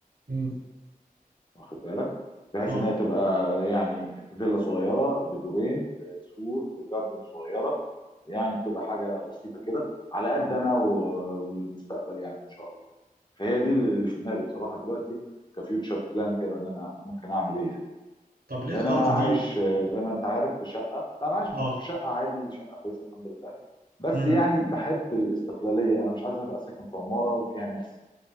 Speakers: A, on the right (about 90°); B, on the left (about 30°).
A: امم
B: واخد بالك بحيث
A: اه
B: ان هي تبقى يعني فيلا صغيره بدورين بسور بجاردن صغيره يعني بتبقى حاجه بسيطه كده على قد انا و- والمستقبل يعني ان شاء الله فهي دي اللي في دماغي بصراحه دلوقتي كفيوتشر بلان كده ان انا ممكن اعمل ايه يعني
A: طب ليه
B: لان
A: اخترت
B: انا
A: دي
B: عايش آه، زي ما انت عارف في شقه لا انا عايش
A: اه
B: في شقه عادي شقه كويسه الحمد لله بس
A: امم
B: يعني بحب الاستقلاليه انا مش عايز ابقى ساكن في عماره وفيها ناس